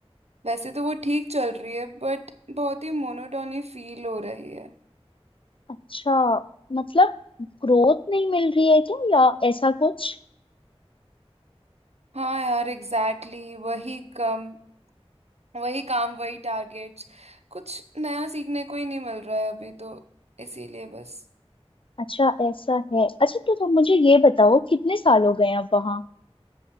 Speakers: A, on the right (about 80°); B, on the left (about 55°).
A: वैसे तो वो ठीक चल रही है बट बहुत ही मोनोटोनी फील हो रही है
B: अच्छा मतलब ग्रोथ नहीं मिल रही है क्या या ऐसा कुछ
A: हाँ यार एग्जैक्टली exactly, वही कम वही काम वही टारगेट्स कुछ नया सीखने को ही नहीं मिल रहा है अभी तो इसीलिए बस
B: अच्छा ऐसा है अच्छा तो तुम मुझे ये बताओ कितने साल हो गए हैं अब वहाँ